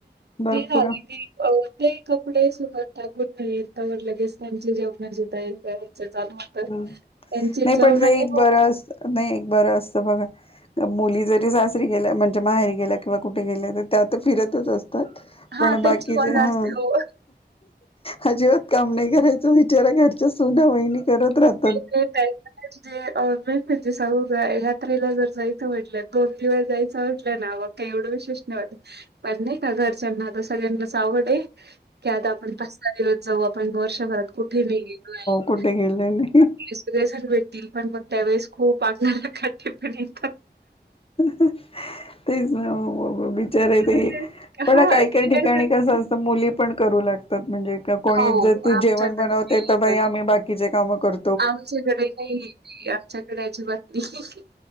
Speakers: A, on the left; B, on the right.
A: भरपूर
B: ती झाली ती पाहून <inaudible> ते कपडे सुकत टाकूून नाही त्यावर लगेच त्यांची जेवणाची तयार करायचं चालू
A: हम्
B: त्यांचे
A: नाही
B: जेवणाचे
A: पण ते एक
B: हो
A: बरं असत नाही, एक बरं असत बघा मुली जरी सासरी गेल्या म्हणजे माहेरी गेल्या किंवा कुठे गेले तर त्या आत फिरतच अस
B: हा
A: पण
B: त्यांची
A: बाकीचे
B: मजा
A: ह
B: असते हो.
A: अजिबात काम नाही करायचं विचारा घरच्या सोन्या वहिणी करत राहत
B: हो हो काय <inaudible> म्हणजे मेन म्हणजे सांगू यात्रेला जर जायचं वाटलंय दोन दिवस जायचं वाटलंय ना मग का एवढं विशेष नाही वाटत पण नाही का घरच्यांना आता सगळ्यांनाच आवड आहे की आता आपण पाच सहा दिवस जाऊ आपण वर्षभरात कुठेही नाही गेलो
A: कठे गेलली?
B: <unintelligible> भेटतील पण मग त्यावेेळेस खूप आला काठी फिरली तर.
A: तेच ना ओ, बिचारे ते
B: अरे
A: पण
B: हा
A: काय,
B: गेल्या
A: काय ठिकाणी कस अस- त, मुली पण करू लागतात, म्हणजे कोणी
B: हो
A: जर
B: आमच्याकडे
A: जेवण बनवते
B: नाही
A: त बाई
B: पण
A: आम्ही बाकी- चे काम कर-
B: आमच्याकडे नाही, आमच्याकडे अजीबात नाही.